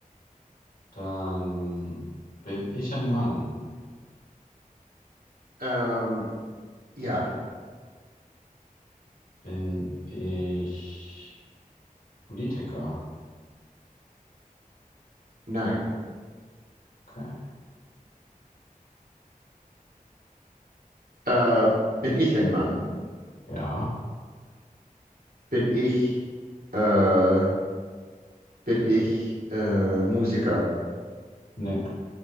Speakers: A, on the left; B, on the right.
A: dann bin ich ein Mann.
B: Ähm, ja.
A: Bin ich Politiker?
B: Nein.
A: Okay.
B: Äh, bin ich ein Mann?
A: Ja.
B: Bin ich, äh, bin ich äh, Musiker?
A: Nee.